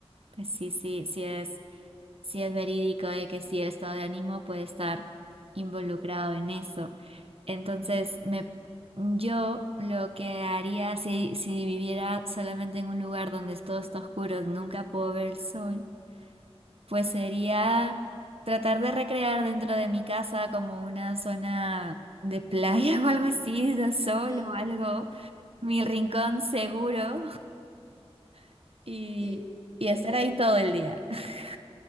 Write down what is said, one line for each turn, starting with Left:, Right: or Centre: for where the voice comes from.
Right: pues sí, sí, sí si es verídico de que si el estado de ánimo puede estar involucrado en eso. Entonces, me, yo lo que haría si, si viviera solamente en un lugar donde todo está oscuro y nunca puedo ver el sol, pues sería tratar de recrear dentro de mi casa como una zona de playa <laughs> o algo así, de sol
Left: Sí.
Right: o algo, mi rincón seguro <laughs> y,
Left: Sí,
Right: y
Left: total.
Right: estar ahí todo el día. <laughs>